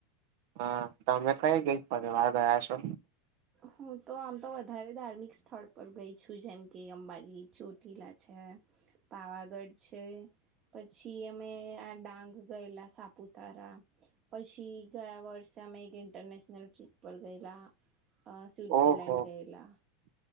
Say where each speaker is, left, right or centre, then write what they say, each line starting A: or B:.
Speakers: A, on the right (about 65°); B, on the right (about 35°).
A: હા, તમે કઈ ગઈ ફરી વાર ગયા છો.
B: હું તો આમ તો વધારે ધાર્મિક સ્થળ પર ગઈ છું, જેમ કે અંબાજી ચોટીલા. છે પાવાગઢ છે. પછી અમે આ ડાંગ ગયેલા સાપુતારા પછી ગયા વર્ષ તેમાં એક ઇન્ટરનશનલ ટ્રિપ પર ગયેલા અ સ્વિટ્ઝરલેન્ડ
A: ઓહો
B: ગયેલા